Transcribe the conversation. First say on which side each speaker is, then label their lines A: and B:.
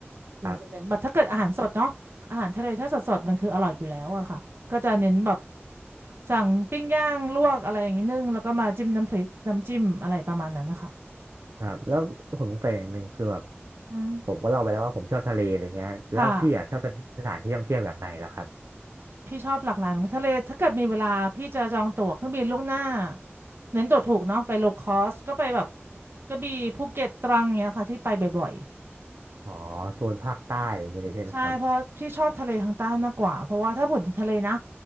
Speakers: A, on the right; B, on the right.
A: เออจะเน้นแบบถ้าเกิดอาหารสดเนาะอาหารทะเลถ้าสดสดมันคืออร่อยอยู่แล้วอะค่ะก็จะเน้นแบบ
B: ครับ
A: สั่งปิ้งย่างลวกอะไรอย่างนี้นึ่งแล้วก็มาจิ้มน้ำพริกน้ำจิ้มอะไรประมาณนั้นนะคะ
B: ครับแล้วผมสงสัยอย่างหนึ่งคือแบบ
A: อืม
B: ผมก็เล่าไปแล้วว่าผมชอบทะเลอะไรเงี้ยแล้วพี่อ่ะชอบสถานที่ท่องเที่ยวแบบไหนแล้วครับ
A: ค่ะพี่ชอบหลากหลายเหมือนกันทะเลถ้าเกิดมีเวลาพี่จะจองตั๋วเครื่องบินล่วงหน้าเน้นตั๋วถูกเนาะไปโลคอสก็ไปแบบกระบี่ภูเก็ตตรังเนี้ยค่ะที่ไปบ่อย
B: อ๋อโซนภาคใต้อะไรอย่างเงี้ยเลยใช่ไหมครับ
A: ๆใช่เพราะพี่ชอบทะเลทางใต้มากกว่าเพราะว่าถ้าพูดถึงทะเลนะ